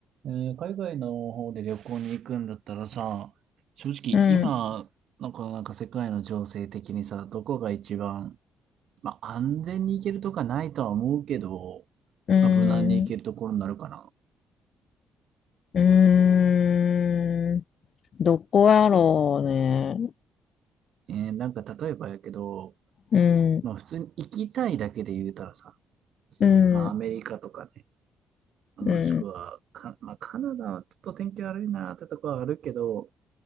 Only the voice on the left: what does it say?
うん、
うん、
うーん、どこやろうね。
うん、
うん、
うん、